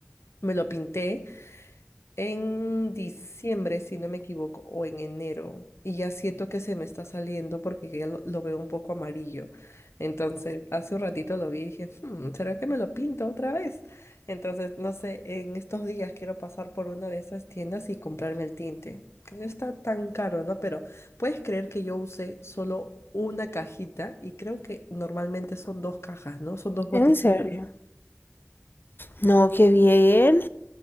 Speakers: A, on the left (about 75°); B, on the left (about 50°).
A: Me lo pinté en diciembre, si no me equivoco, o en enero, y ya siento que se me está saliendo porque ya lo, lo veo un poco amarillo. Entonces, hace un ratito lo vi y dije, "Hmm, ¿será que me lo pinto otra vez? Entonces, no sé, en estos días quiero pasar por una de esas tiendas y comprarme el tinte, que no está tan caro, ¿no? Pero puedes creer que yo usé solo una cajita y creo que normalmente son dos cajas, ¿no? Son dos botellitas.
B: en serio. No, qué bien,